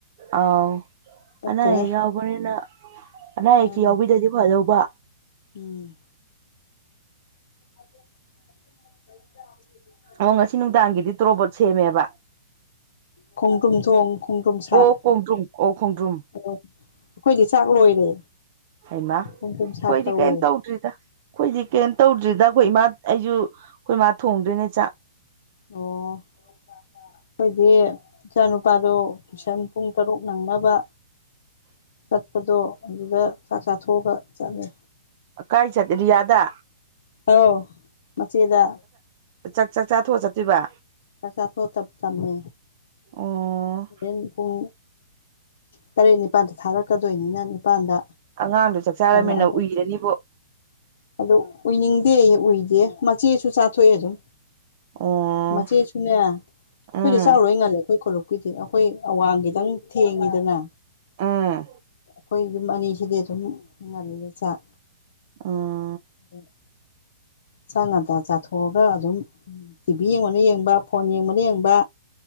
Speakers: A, on the right (about 45°); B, on the left (about 65°).
A: ꯑꯥꯎ
B: ꯆꯠꯇ꯭ꯔꯦ
A: ꯑꯅꯥ ꯑꯌꯦꯛ ꯌꯥꯎꯕꯅꯤꯅ ꯑꯅꯥ ꯑꯌꯦꯛꯇ
B: ꯃꯥꯅꯦ
A: ꯌꯥꯎꯕꯤꯗꯗꯤ ꯐꯗꯧꯕ
B: ꯎꯝ ꯑꯗꯨ <unintelligible>
A: ꯑꯣ ꯉꯁꯤ ꯅꯨꯡꯗꯥꯡꯒꯤꯗꯤ ꯇꯣꯔꯣꯕꯣꯠ ꯁꯦꯝꯃꯦꯕ
B: ꯈꯣꯡꯗ꯭ꯔꯨꯝ ꯊꯣꯡ ꯈꯣꯡꯗ꯭ꯔꯨꯝ ꯁꯥꯛ
A: ꯑꯣ ꯈꯣꯡꯗ꯭ꯔꯨꯝ ꯑꯣ ꯈꯣꯡꯗ꯭ꯔꯨꯝ
B: ꯑꯣ ꯑꯩꯈꯣꯏꯗꯤ ꯆꯥꯛ ꯂꯣꯏꯔꯦ
A: ꯍꯩꯃ
B: ꯈꯣꯡꯗ꯭ꯔꯨꯝ ꯁꯥꯛ
A: ꯀꯣꯏꯗꯤ
B: ꯇꯧꯋꯦ
A: ꯀꯩꯝ ꯇꯧ ꯇꯔꯤꯗ ꯑꯩꯈꯣꯏꯗꯤ ꯀꯩꯝ ꯇꯧꯗ꯭ꯔꯤꯗ ꯑꯩꯈꯣꯏ ꯏꯃꯥ ꯑꯩꯁꯨ ꯑꯩꯈꯣꯏ ꯏꯃ ꯊꯣꯡꯗꯣꯏꯅꯦ ꯆꯥꯛ
B: ꯑꯣ ꯑꯩꯈꯣꯏꯗꯤ ꯏꯆꯥ ꯅꯨꯨꯄꯥꯗꯣ ꯇꯨꯏꯁꯟ ꯄꯨꯡ ꯇꯔꯨꯛ ꯅꯪꯅꯕ ꯆꯠꯄꯗꯣ ꯑꯗꯨꯗ ꯆꯥꯛ ꯆꯥꯊꯣꯛꯑꯒ ꯆꯠꯂꯦ
A: ꯑꯀꯥꯏ ꯆꯠꯄꯥꯗꯨꯌꯥꯗ
B: ꯍꯂꯥꯎ ꯃꯆꯦꯗ
A: ꯅꯨꯗꯥꯛ ꯆꯥꯛ ꯆꯥꯛ ꯆꯥꯊꯣꯛꯑ ꯆꯠꯇꯣꯏꯕ
B: ꯆꯛꯆꯥꯊꯣꯛ ꯇꯞ ꯇꯃꯦ
A: ꯑꯣ
B: ꯍꯣꯔꯦꯟ ꯄꯨꯡ ꯇꯔꯦꯠ ꯅꯤꯄꯥꯜꯗ ꯊꯥꯔꯛꯀꯗꯣꯏꯅꯤꯅ ꯅꯤꯄꯥꯜꯗ
A: ꯑꯉꯥꯡꯗꯨ ꯆꯥꯛ ꯆꯔꯝꯃꯤꯅ
B: ꯍꯜꯂꯛꯑꯒ
A: ꯎꯏꯔꯅꯤꯕꯣ
B: ꯑꯗꯨ ꯎꯏꯅꯤꯡꯗꯦ ꯑꯩ ꯎꯏꯗꯦ ꯃꯆꯦꯁꯨ ꯆꯥꯊꯣꯛꯑꯦ ꯑꯗꯨꯝ
A: ꯑꯣ
B: ꯃꯆꯦꯁꯨꯅꯦ ꯑꯩꯈꯣꯏꯗꯤ
A: ꯎꯝ
B: ꯆꯥꯎꯔꯣꯏ ꯉꯜꯂꯦ ꯑꯩꯈꯣꯏ ꯈꯣꯂꯨꯞ ꯑꯩꯈꯣꯏꯗꯤ ꯑꯩꯈꯣꯏ ꯑꯋꯥꯡ ꯈꯤꯗꯪ ꯊꯦꯡꯉꯤꯗꯅ
A: ꯑꯥ
B: ꯑꯩꯈꯣꯏ ꯌꯨꯝ ꯑꯅꯤꯁꯤꯗꯤ ꯑꯗꯨꯝ ꯉꯜꯂꯦ ꯆꯥꯛ
A: ꯑꯥ
B: ꯑꯗꯨ ꯆꯥꯛ ꯉꯟꯇꯥ ꯆꯥꯊꯣꯛꯑꯒ ꯑꯗꯨꯝ ꯇꯤꯚꯤ ꯌꯦꯡꯕꯅ ꯌꯦꯡꯕ ꯐꯣꯟ ꯌꯦꯡꯕꯅ ꯌꯦꯡꯕ